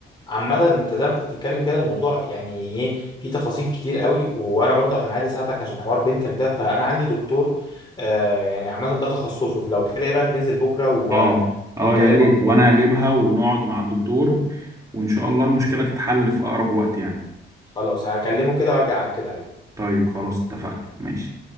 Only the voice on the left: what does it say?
عامة انت زي ما انت بتتكلم كده الموضوع يعني ايه في تفاصيل كتير قوي وانا برضه عشان عايز اساعدك عشان حوار بنتك ده فانا عندي دكتور آه يعني عامة ده تخصصه فلو كده ايه رأيك ننزل بكرة ونتكلم
اكتر
خلاص هكلمه كده وارجع اكد عليك